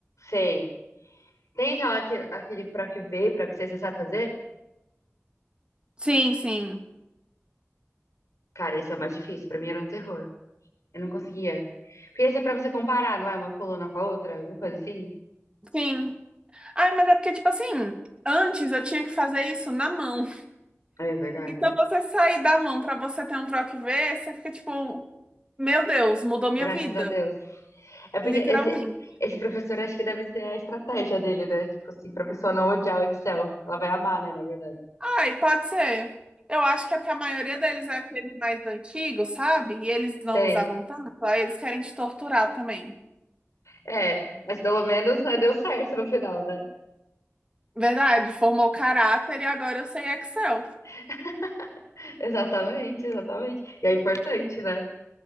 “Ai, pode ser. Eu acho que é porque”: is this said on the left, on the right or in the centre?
Right